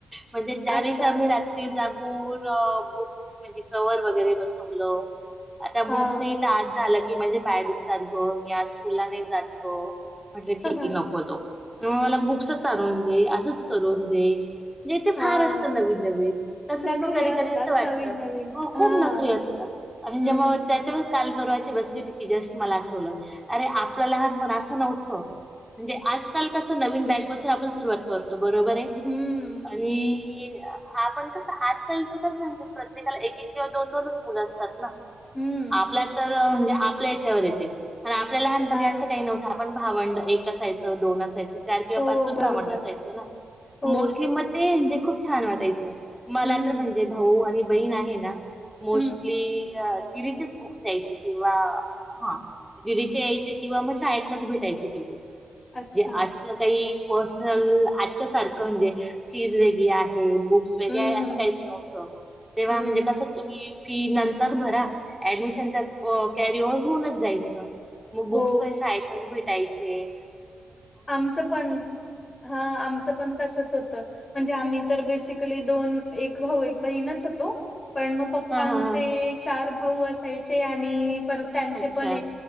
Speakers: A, in the centre; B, on the left.
A: म्हणजे त्या
B: अच्छा
A: दिवशी आम्ही रात्री जा बुक्स म्हणजे कवर्ह वगैरे बसवलं आता
B: हा
A: बुक्स नाही तर आज झालं की म्हणजे पाय दुखतात ग मी आज स्कूलला नाही जात ग म्हटलं ठीक
B: हा
A: आहे नको जाऊ म मला बुक्सच आणून दे असंच करून दे म्हणजे ते
B: हा,
A: फार असतं नवीन नवीन तसच
B: नखरे
A: मग कधी
B: असतात
A: कधी असं वाटत
B: नवीन नवीन
A: खूप
B: हा
A: नखरे असतात म्हणजे
B: हम्म
A: मग त्यांच्या काल परवाशी बसली जस्ट मला आठवलं अरे आपलं लहानपण असं नव्हतं म्हणजे आजकाल कस नवीन बॅगपासून आपण सुरुवात करतो बरोबर आहे
B: हम्म
A: आणि क आपण कसं आजकालच कस म्हणजे प्रत्येकाला एक एक किंवा दोन दोनच मुलं असतात ना
B: हम्म
A: आपला तर म्हणजे आपल्या यांच्यावर येते आणि आपल्या लहानपणी
B: हा
A: असं काही नव्हतं आपण भावंड एक असायचं दोन असायचं चार किंवा
B: हो
A: पाच पण
B: बरोबर
A: भावंड असायचं ना
B: हो
A: मोस्टली मग ते म्हणजे खूप छान वाटायचं मला
B: हम्म
A: तर म्हणजे भाऊ आणि बहीण आहे ना मोस्टली
B: हम्म
A: दिदीचेच बुक्स यायचे किंवा हा दिदीचे यायचे किंवा मग शाळेतलाच भेटायचे ते बुक्स
B: अच्छा
A: अस काही पर्सनल आजच्या सारखं म्हणजे फीज वेगळी आहे बुक्स वेगे
B: हम्म
A: असं काहीच नव्हतं तेव्हा
B: हम्म
A: म्हणजे कसं तुम्ही फी नंतर भरा ऍडमिशन तर कॅरी ओव होऊनच जायचं मग बुक्स
B: हो
A: पण शाळेतच भेट दयाचे
B: आमचं पण हा आमचं पण तसेच होतं म्हणजे आम्ही तर बेसिकली दोन एक भाऊ बहिण होतो पण मग पप्पा
A: हां, हां, हां.
B: चार भाऊ असायचे आणि पर त्यांचे
A: अच्छा.
B: पण